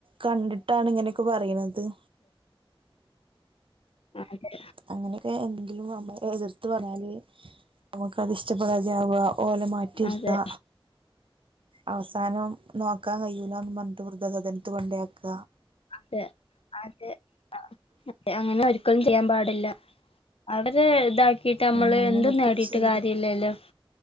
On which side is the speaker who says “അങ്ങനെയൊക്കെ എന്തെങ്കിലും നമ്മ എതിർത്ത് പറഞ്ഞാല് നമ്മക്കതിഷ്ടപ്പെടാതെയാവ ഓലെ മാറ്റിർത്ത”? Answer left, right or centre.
Right